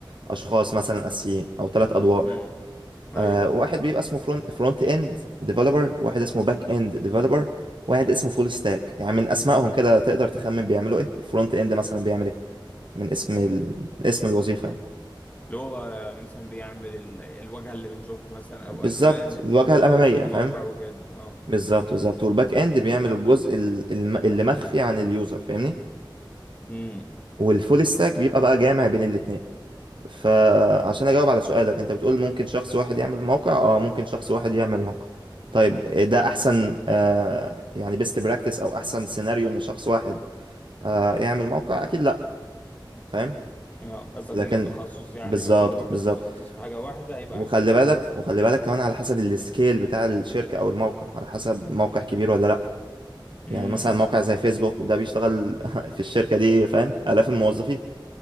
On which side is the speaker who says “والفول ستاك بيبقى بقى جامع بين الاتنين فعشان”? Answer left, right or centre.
Right